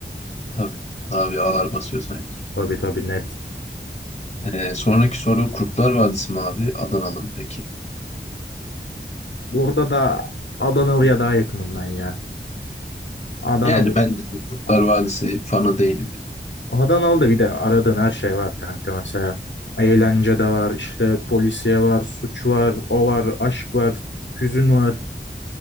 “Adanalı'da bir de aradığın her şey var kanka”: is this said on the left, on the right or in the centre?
Left